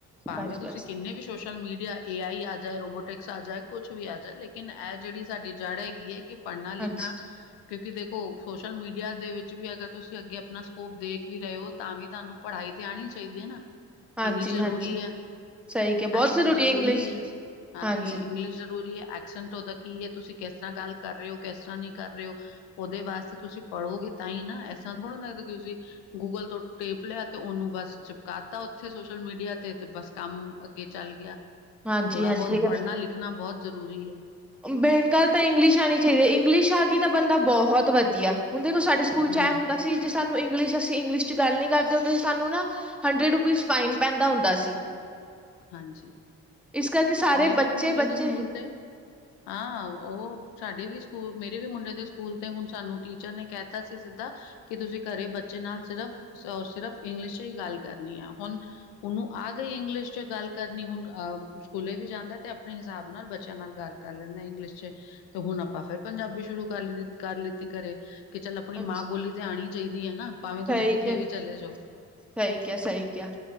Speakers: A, on the left (about 85°); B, in the centre.
A: ਭਾਵੇਂ
B: ਬਸ-ਬਸ।
A: ਤੁਸੀਂ ਕਿੰਨੇ ਵੀ ਸੋਸ਼ਲ ਮੀਡੀਆ ਏ ਆਈ ਆ ਜਾਏ, ਰੂਬੋਟਿਕਸ ਆ ਜਾਏ ਕੁਛ ਵੀ ਆ ਜਾਏ ਲੇਕਿਨ ਇਹ ਜਿਹੜੀ ਸਾਡੀ ਜੜ੍ਹ ਹੈਗੀ ਹੈ ਕਿ ਪੜ੍ਹਨਾ ਲਿਖਣਾ
B: ਹਾਂਜੀ,
A: ਕਿਉਂਕਿ ਦੇਖੋ ਸੋਸ਼ਲ ਮੀਡੀਆ ਦੇ ਵਿੱਚ ਵੀ ਅਗਰ ਤੁਸੀਂ ਅੱਗੇ ਆਪਣਾ ਸਕੋਪ ਦੇਖ ਵੀ ਰਹੇ ਹੋ ਤਾਂ ਵੀ ਤੁਹਾਨੂੰ ਪੜ੍ਹਾਈ ਤੇ ਆਣੀ ਚਾਹੀਦੀ ਹੈ ਨਾ।
B: ਹਾਂਜੀ-ਹਾਂਜੀ
A: ਇੰਗਲਿਸ਼ ਜ਼ਰੂਰੀ ਹੈ।
B: ਸਹੀ ਕਿਹਾ
A: ਐਕਸ਼ਨ
B: ਬਹੁਤ
A: ਜ਼ਰੂਰੀ
B: ਇੰਗਲਿਸ਼
A: ਹੈ ਹਾਂ-ਹਾਂ
B: ਹਾਂਜੀ,
A: ਇੰਗਲਿਸ਼ ਜ਼ਰੂਰੀ ਹੈ ਐਕਸ਼ਨ ਓਦਾ ਕੀ ਹੈ ਤੁਸੀਂ ਕਿਸ ਤਰ੍ਹਾਂ ਗੱਲ ਕਰ ਰਹੇ ਹੋ ਕਿਸ ਤਰ੍ਹਾਂ ਨੀ ਕਰ ਰਹੇ ਹੋ। ਉਹਦੇ ਵਾਸਤੇ ਤੁਸੀਂ ਪੜ੍ਹੋਗੇ ਤਾਂ ਹੀ ਨਾ ਐਸਾ ਥੋੜ੍ਹਾ ਨਾ ਤੁਸੀ ਗੂਗਲ ਤੋਂ ਟੇਪ ਲਿਆ ਤੇ ਉਹਨੂੰ ਬਸ ਚਿਪਕਾਤਾ ਉ ਉੱਥੇ ਸੋਸ਼ਲ ਮੀਡੀਆ ਤੇ, ਤੇ ਬਸ ਕੰਮ ਅੱਗੇ ਚੱਲ ਗਿਆ
B: ਹਾਂਜੀ-ਹਾਂਜੀ
A: ਥੋੜਾ ਬਹੁਤ ਪੜ੍ਹਨਾ ਲਿਖ ਖਣਾ ਬੌਤ ਜ਼ਰੂਰੀ ਹੈ।
B: ਬੇਨ ਗੱਲ ਤਾਂ ਇੰਗਲਿਸ਼ ਆਣੀ ਚਾਹੀਦੀ ਹੈ ਇੰਗਲਿਸ਼ ਆ ਗਈ ਤਾਂ ਬੰਦਾ ਬਹੁਤ ਵਧੀਆ ਹੁਣ ਦੇਖੋ ਸਾਡੇ ਸਕੂਲ ਚ
A: ਹਮ
B: ਆਇਆ ਹੁੰਦਾ ਸੀ ਤੇੇ ਸਾਨੂੰ ਇੰਗਲਸ਼ ਅਸੀ ਇੰਗਲਿਸ਼ ਚ ਗੱਲ ਨੀ ਕਰਦੇ ਹੁੰਦੇ ਸੀ ਸਾਨੂੰ ਨਾ ਹੰਡਰਡ ਰੁਪੀਜ਼ ਫਾਈਨ ਪੈਂਦਾ ਹੁੰਦਾ ਸੀ।
A: ਹਾਂਜੀ
B: ਇਸ ਕਰਕੇ ਸਾਰੇ
A: ਮੇਰੇ
B: ਬੱਚੇ-ਬੱਚੇ
A: ਵੀ ਮੁੰਡੇ ਦੇ ਸਕੂਲ ਤੇ ਹਾਂ ਉਹ ਸਾਡੇ ਵੀ ਸਕੂਲ ਮੇਰੇ ਵੀ ਮੁੰਡੇ ਦੇ ਸਕੂਲ ਤੇ ਹੁਣ ਸਾਨੂੰ ਟੀਚਰ ਨੇ ਕਹਿ ਤਾ ਸੀ ਸਿੱਧਾ ਕਿ ਤੁਸੀਂ ਘਰੇ ਬੱਚੇ ਨਾਲ ਸਿਰਫ ਔਰ ਸਿਰਫ ਇੰਗਲਿਸ਼ ਚ ਹੀ ਗੱਲ ਕਰਨੀ ਹੈ ਹੁਣ ਹੁਣ ਉਹ ਆ ਗਈ ਇੰਗਲਿਸ਼। 'ਚ ਗੱਲ ਕਰਨੀ ਹੁਣ ਆ, ਸਕੂਲੇ ਵੀ ਜਾਂਦਾ ਤੇ ਆਪਣੇ ਹਿਸਾਬ ਨਾਲ ਬੱਚਿਆਂ ਨਾਲ ਗੱਲ ਕਰ ਲੈਨਾਂ ਇੰਗਲਿਸ਼ 'ਚ। ਤੇ ਹੁਣ ਆਪਾਂ ਫੇਰ ਪੰਜਾਬੀ ਸ਼ੁਰੂ ਕਰ ਲਿ ਕਰ ਲਿੱਤੀ ਘਰੇ, ਕਿ ਚੱਲ ਆਪਣੀ
B: ਹਾਂਜੀ
A: ਮਾਂ ਬੋਲੀ ਜਾਣੀ ਚਾਈਦੀ ਏ ਨਾ ਭਾਵੇਂ
B: ਸਹੀ
A: ਤੁਸੀਂ ਕਿੱਥੇ
B: ਕੇਆ,
A: ਵੀ ਚਲੇ ਜਾਓ।
B: ਸਹੀ ਕਿਆ -ਸਹੀ ਕਿਆ,